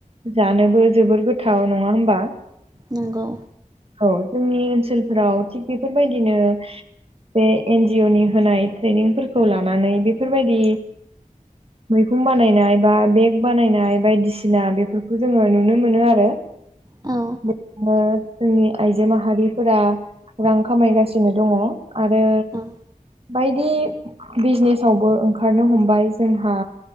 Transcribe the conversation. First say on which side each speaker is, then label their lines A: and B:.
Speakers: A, on the right; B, on the right.
A: जानोबो जोबोर गोथाव नङा होमबा।
B: नोंंगौ
A: औ जोंनि ओनसोलफ्राव थिग बेफोरबायदिनो बे एनजिअ नि होनाय ट्रेनिंफोरखौ लानानै बेफोरबायदि मैगं बानायनाय बा बेग बानायनाय बायदिसिना बेफोरखौ जोङो नुनो मोनो आरो
B: औ औ
A: <unintelligible> जोंनि आइजो माहारिफोरा रां खामायगासिनो दङ आरो
B: औ
A: बायदि बिजनेसावबो ओंखारनो हमबाय जोंहा